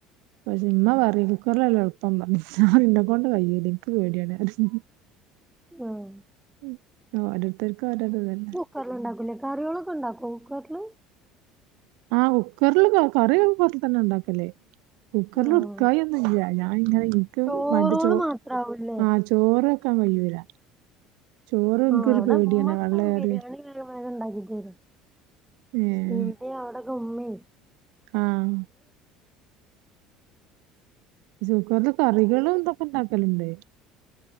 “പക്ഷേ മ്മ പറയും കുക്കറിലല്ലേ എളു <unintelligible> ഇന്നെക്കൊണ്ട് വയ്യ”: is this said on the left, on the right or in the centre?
Right